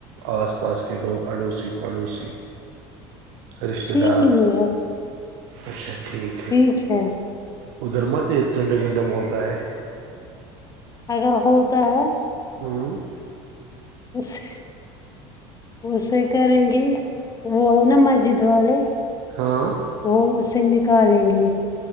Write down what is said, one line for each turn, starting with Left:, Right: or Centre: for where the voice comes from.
Right: آس پاس کے لوگ اڑوسی پڑوسی رشتہ
Left: ٹھیک
Right: دار
Left: ہی ہے
Right: اچھا ٹھیک
Left: ٹھیک ہے
Right: ادھر مت یہ ژنڈ گنڈم ہوتا ہے
Left: اگر ہوتا ہے
Right: ہاں <inaudible>
Left: بو سے <inaudible> اسے کریں گی وہ ہے نا مسجد والے
Right: ہاں
Left: وہ اسے نکالیں گے